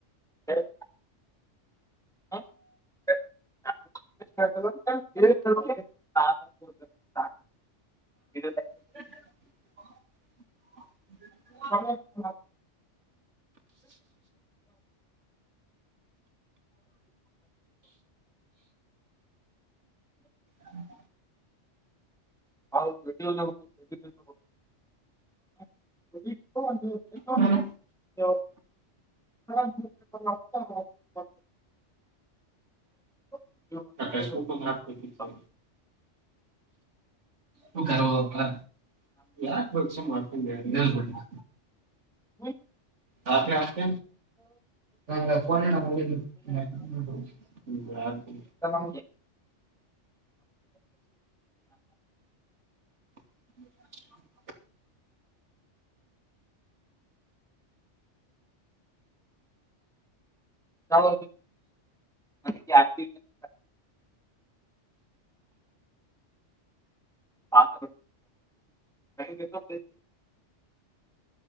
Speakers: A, in the centre; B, on the right.
A: ಹರಿ ಹ <unintelligible> ಹಾ ಇದು
B: ಹ <unintelligible>
A: ಹಾ ಹ <unintelligible>
B: ಹ್ಮ <unintelligible>
A: ಹೌ
B: ಹ್ಮ್
A: <unintelligible> ಇಲ್ಲ
B: ಟೆಸ್ಟ್ ಬುಕ್ಕು ಓದ್ಕೊಂತೀನಿ ಹ ಕಬ ಯ <unintelligible> ಕ್ಷ ಮಾಡ್ಕೊಂಡ ಬೇರೆದ್ ಕೊಡ್ಲಾ
A: ಹೌ
B: ಹತ್ತ ಆತ ಹ ಫೋನ್ ಇಡು ಮತ್ತೆ
A: ನಮ್ಗೆ
B: ಹ <unintelligible>
A: ಚಾಲದು ಮ ಆತ <unintelligible> ಹ <unintelligible>